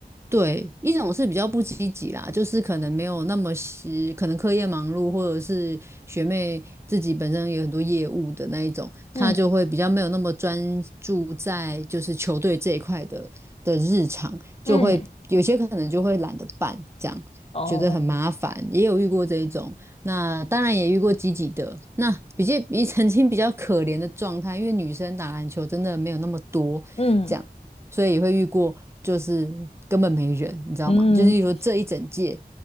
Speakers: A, on the right; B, on the left.
A: 对，一种是比较不积极啦，就是可能没有那么是，可能课业忙碌，或者是学妹自己本身有很多业务的那一种，
B: 嗯
A: 她就会比较没有那么专注在就是球队这一块的的日常，就会有些可能就会懒得办，
B: 嗯，
A: 这样觉得很麻烦，
B: 哦，
A: 也有遇过这一种。那当然也遇过积极的，那比较 <laughs> 比曾经比较可怜的状态，因为女生打篮球真的没有那么多，
B: 嗯
A: 这样。所以也会遇过就是根本没人，你知道吗？
B: 嗯，
A: 就是说这一整届